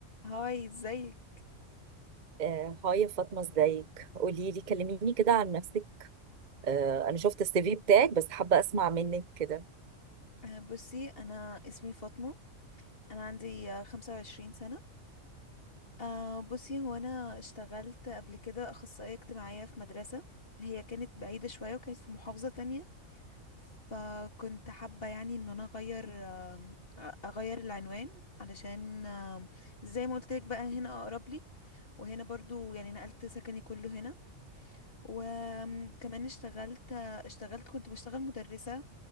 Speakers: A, on the left; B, on the right.
A: هاي ازيك
B: آه، هاي فاطمة ازيك قولي لي كلميني كده عن نفسك آه، انا شفت السي في بتاعك بس حابة اسمع منك كده
A: آه، بصي انا اسمي فاطمة انا عندي آه، خمسة وعشرين سنة آه، بصي هو انا اشتغلت قبل كده اخصائية اجتماعية في مدرسة هي كانت بعيدة شوية وكانت في محافظة تانية فكنت حابة يعني ان انا اغير آم، أ- اغير العنوان علشان آم، زي ما قلت لك بقى هنا اقرب لي وهنا برضو يعني نقلت سكني كله هنا وكمان اشتغلت اشتغلت كنت بشتغل مدرسة